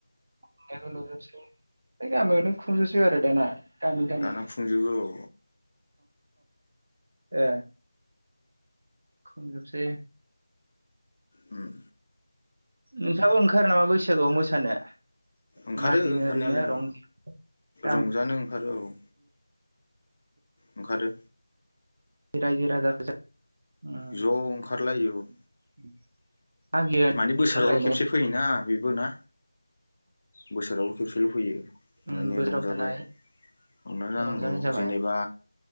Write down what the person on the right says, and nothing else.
फ्राय गामियावनो खुंजोबसै आरो दाना। गामि- गामि
ए खुंजोबसेै
नोंथाङाबो ओंखारो नामा बैसागोआव मोसानो?
मागिनो
ओरैनो रंज
गामि
रायजो राजाफोरजों
उम
मागियो
ओंखारलायनाय
उम
बोसोराव
थानाय
रंजानाय जाबाय